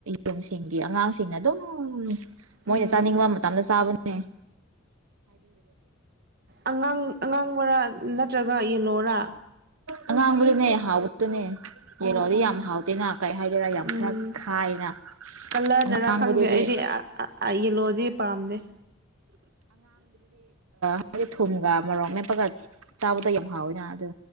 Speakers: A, on the right (about 85°); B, on the right (about 45°).
A: ꯌꯨꯝꯁꯤꯡꯒꯤ ꯑꯉꯥꯡꯁꯤꯡꯅ ꯑꯗꯨꯝ꯫
B: ꯎꯝ
A: ꯃꯣꯏꯅ ꯆꯥꯅꯤꯡꯕ ꯃꯇꯝꯗ ꯆꯥꯕ꯫ <unintelligible>
B: ꯑꯉꯥꯡ ꯑꯉꯥꯡ ꯃꯣꯔꯥ ꯅꯠ ꯌꯦꯂꯣꯔꯥ꯫
A: ꯑꯉꯥꯡꯕꯗꯨꯅꯦ ꯍꯥꯎꯕꯗꯨꯅꯦ꯫
B: ꯑꯣ
A: ꯌꯦꯜꯂꯣꯗꯤ
B: ꯑꯣ
A: ꯌꯥꯝ ꯍꯥꯎꯇꯦꯅ ꯀꯩ ꯍꯥꯏꯗꯣꯏꯔꯥ ꯌꯥꯝ
B: ꯎꯝ
A: ꯈꯔ ꯈꯥꯏꯅ
B: ꯀꯂꯔꯅꯔꯥ
A: ꯑꯉꯥꯡꯕꯗꯨꯗꯤ꯫
B: ꯈꯪꯗꯦ ꯑꯩꯗꯤ ꯌꯦꯂꯣꯗꯤ ꯄꯥꯝꯗꯦ
A: ꯑꯩ ꯊꯨꯝꯒ ꯃꯔꯣꯛ ꯃꯦꯞꯄꯒ ꯆꯥꯕꯗꯣ ꯌꯥꯝ ꯍꯥꯎꯋꯦꯅ ꯑꯗꯨ꯫